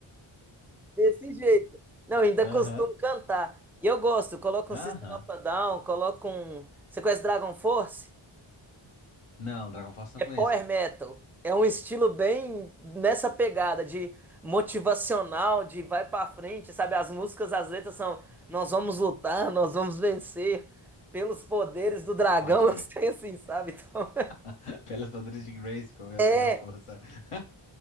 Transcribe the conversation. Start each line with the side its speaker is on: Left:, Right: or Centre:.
Centre: Desse jeito. Não, ainda
Left: Aham,
Centre: costumo cantar. E eu gosto, coloco
Left: aham.
Centre: um System of a Down, coloco um. Você conhece Dragon Force?
Left: Não, Dragon Force não
Centre: É
Left: conheço.
Centre: power metal. É um estilo bem nessa pegada de motivacional, de vai pra frente, sabe? As músicas, as letras são nós vamos lutar, nós vamos vencer pelos poderes do dragão,
Left: Pode
Centre: <laughs>
Left: crer.
Centre: eu assim, sabe? Então,
Left: <laughs> Pelas padrões de Grayskull, eu
Centre: é.
Left: tenho a força. <laughs>